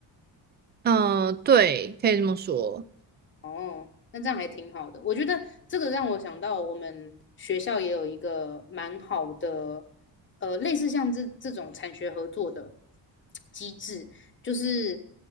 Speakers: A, on the right; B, on the left.
A: 嗯，对，可以这么说。
B: 哦，那这样还挺好的。我觉得这个让我想到，我们学校也有一个蛮好的，呃，类似像这这种产学合作的机制，就是